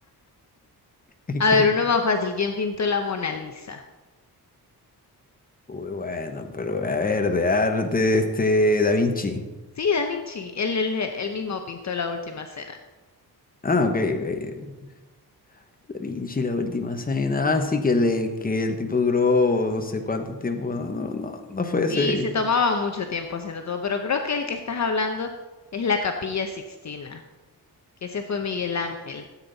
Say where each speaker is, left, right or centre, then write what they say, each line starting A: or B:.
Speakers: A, on the left (about 20°); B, on the left (about 45°).
A: <laughs>
B: A ver, uno más fácil. ¿Quién pintó la Mona Lisa?
A: Uy, bueno, pero a ver, de arte, este, Da Vinci.
B: Sí, Da Vinci. Él, él, él mismo pintó la última cena.
A: Ah, ok, ok. Da Vinci, la última cena. Ah, sí, que, le, que el tipo duró no sé cuánto tiempo. No, no, no, no fue ese.
B: Sí, se tomaban mucho tiempo haciendo todo, pero creo que el que estás hablando es la Capilla Sixtina. que ese fue Miguel Ángel,